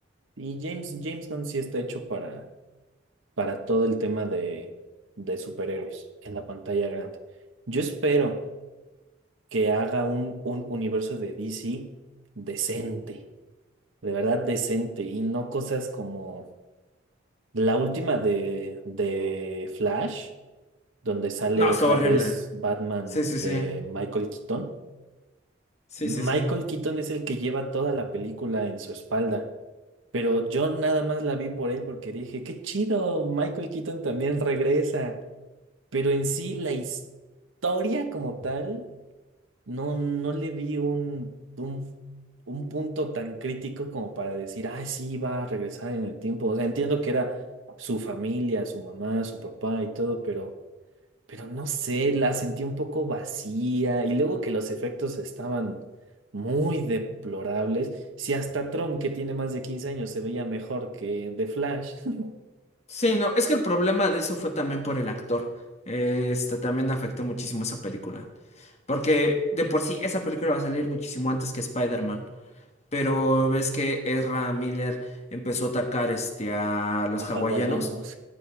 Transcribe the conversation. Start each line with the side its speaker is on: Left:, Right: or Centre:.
Right: Y James, James Gunn sí está hecho para, para todo el tema de, de superhéroes en la pantalla grande. Yo espero que haga un, un universo de DC decente, de verdad decente, y no cosas como... La última de, de Flash, donde sale
Left: No, está
Right: otra
Left: horrible.
Right: vez Batman
Left: Sí, sí, sí.
Right: de Michael Keaton.
Left: Sí,
Right: Michael
Left: sí, sí.
Right: Keaton es el que lleva toda la película en su espalda, pero yo nada más la vi por él porque dije, qué chido, Michael Keaton también regresa, pero en sí la historia como tal no, no le vi un, un, un punto tan crítico como para decir, ah, sí, va a regresar en el tiempo. O sea, entiendo que era su familia, su mamá, su papá y todo, pero, pero no sé, la sentí un poco vacía. Y luego que los efectos estaban muy deplorables. Si hasta Tron, que tiene más de 15 años, se veía mejor que The Flash, <laughs>
Left: Sí, no, es que el problema de eso fue también por el actor. Este también afectó muchísimo esa película. Porque de por sí esa película va a salir muchísimo antes que Spider-Man. Pero ves que Ezra Miller empezó a atacar este, a los
Right: a
Left: hawaianos.
Right: hawaianos.